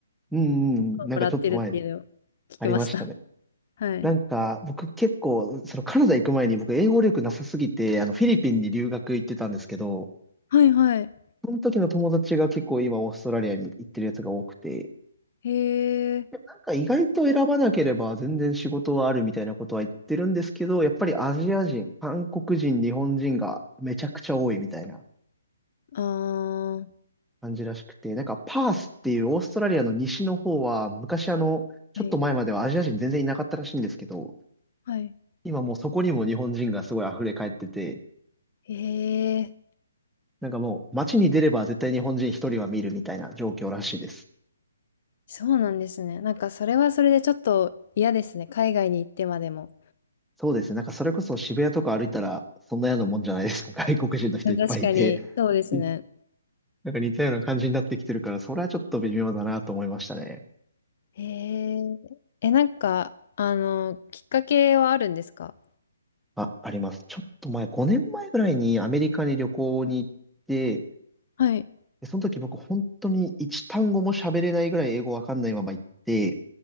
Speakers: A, in the centre; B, on the left (about 50°).
A: うんうんうん。なんかちょっと前に
B: もらってるっていうのを聞きました。
A: ありましたね。
B: <laughs> はい。
A: なんか、僕結構、そのカナダ行く前に僕英語力なさすぎて、あの、フィリピンに留学行ってたんですけど、
B: はいはい。
A: その時の友達が結構今オーストラリアに行ってるやつが多くて、
B: へえ。
A: でもなんか意外と選ばなければ全然仕事はあるみたいなことは言ってるんですけど、やっぱりアジア人、韓国人、日本人がめちゃくちゃ多いみたいな
B: ああ、
A: 感じらしくて、なんかパースっていうオーストラリアの西の方は、昔あの、ちょっと前まではアジア人全然いなかったらしいんですけど、
B: はい。はい。
A: 今もうそこにも日本人がすごい溢れ返ってて、
B: へえあーはいはいへえ
A: なんかもう街に出れば絶対日本人一人は見るみたいな状況らしいです。
B: そうなんですね。なんかそれはそれでちょっと嫌ですね。海外に行ってまでも。
A: そうですね。なんかそれこそ渋谷とか歩いたらそんなようなもんじゃないですか。<laughs> 外国人の人いっぱいいて。
B: 確かに、そうですね。
A: になんか似たような感じになってきてるから、それはちょっと微妙だなと思いましたね。
B: へえ。え、なんか、あの、きっかけはあるんですか
A: あ、あります。ちょっと前、5年前ぐらいにアメリカに旅行に行って、
B: はい。
A: でその時僕本当に一単語も喋れないぐらい英語わかんないまま行って、